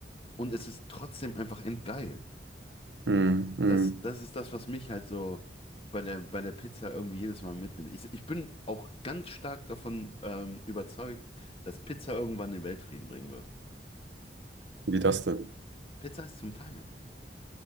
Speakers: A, on the left; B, on the right.
A: Und es ist trotzdem einfach endgeil.
B: hm, hm.
A: Das, das ist das, was mich halt so bei der, bei der Pizza irgendwie jedes Mal mitnimmt. Ich, ich bin auch ganz stark davon ähm, überzeugt, dass Pizza irgendwann den Weltfrieden bringen wird.
B: Wie das denn?
A: Pizza ist zum Teilen.